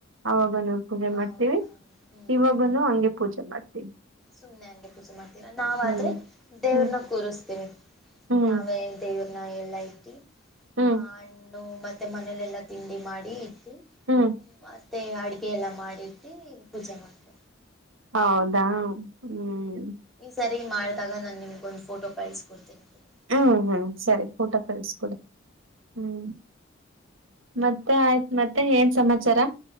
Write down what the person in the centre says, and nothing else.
ಹೌದಾ
ಹ್ಮ್
ಸುಮ್ಮನೆ ಹಂಗೆ ಪೂಜೆ ಮಾಡ್ತೀವಿ ನಾವ
ಆದರೆ ದೇವ್ರನ್ನ
ಕೂರಸ್ತೀವಿ
ನಾವೇ ದೇವರನ್ನ ಎಲ್ಲ ಇಟ್ಟಿ
ಆ ಹಣ್ಣು ಮತ್ತೆ ಮನೇಲೆಲ್ಲ ತಿಂಡಿ ಮಾಡಿ ಇಟ್ಟು
ಮತ್ತೆ ಅಡಗೆ ಎಲ್ಲ ಮಾಡಿಟ್ಟಿ ಪೂಜೆ ಮಾಡ್ತಿವಿ
ಈ ಸರಿ ಮಾಡದಾಗ ನಾ ನಿಮಗ ಒಂದ ಫೋಟೋ ಕಳ್ಸ್ ಕೊಡ್ತೀನಿ ಬಿಡಿ